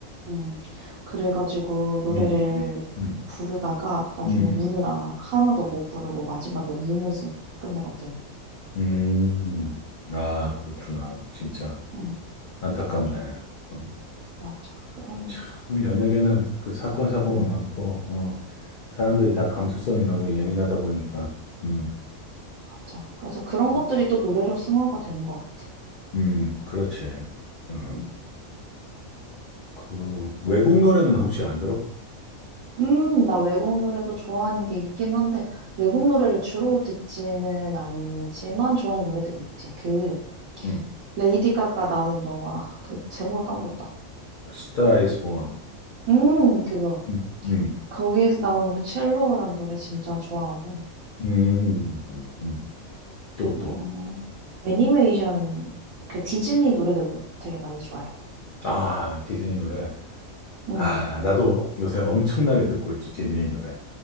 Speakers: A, on the right; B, on the left.
A: 음, 그래가지고 노래를
B: 음, 음,
A: 부르다가 나중에
B: 음,
A: 우느라 하나도 못 부르고 마지막에 울면서 끝내거든.
B: 음. 아, 그렇구나. 진짜
A: 음,
B: 안타깝네. 어.
A: 맞아. 그런,
B: 참, 연예계는 그 사건, 사고가
A: 음,
B: 많고, 어, 사람들이
A: 그러니까.
B: 다 감수성이 너무 예민하다 보니까, 음,
A: 맞아. 그래서 그런
B: 음,
A: 것들이 또 노래로 승화가 되는 것 같아.
B: 음, 그렇지. 어.
A: 음,
B: 그, 외국 노래는 혹시 안 들어?
A: 음, 나 외국 노래도 좋아하는 게 있긴 한데, 외국 노래를 주로 듣지는 않지만 좋아하는 노래들이 있지. 그,
B: 음.
A: 레이디 가가 나오는 영화, 그 제목을 까먹었다.
B: Star is Born.
A: 음, 그거.
B: 음. 음.
A: 거기에서 나오는 쉘로우란 노래 진짜 좋아하고,
B: 음, 음, 음. 또, 또.
A: 음, 애니메이션, 그 디즈니 노래들도 되게 많이 좋아해.
B: 아, 디즈니 노래.
A: 응,
B: 아, 나도 요새 엄청나게 듣고 있지, 디즈니 노래.